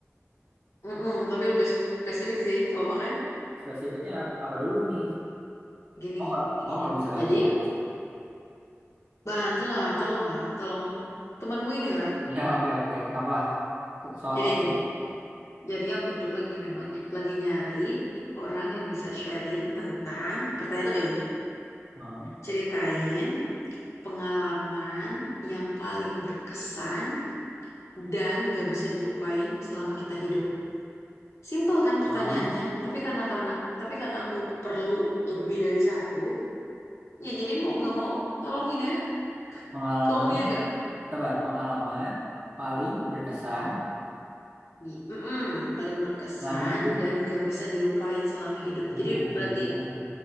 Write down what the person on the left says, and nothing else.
Mm-mm, tapi lebih spesifik sih, gak apa-apa kan?
Gini,
gini,
gini.
Jadi,
bantulah, tolonglah, tolong temanmu inilah.
Gini,
gini. Jadi aku tuh lagi memang ny- lagi nyari orang yang bisa sharing tentang pertanyaan tuh kayak gini.
Ceritain pengalaman yang paling berkesan dan gak bisa dilupain selama kita hidup. Simple kan pertanyaannya,
tapi karena karena tapi karena aku perlu lebih dari satu, ya jadi mau gak mau tolongin ya.
Kamu punya nggak?
I- Mm-mm, paling berkesan
dan gak bisa dilupain selama hidup.
Jadi
berarti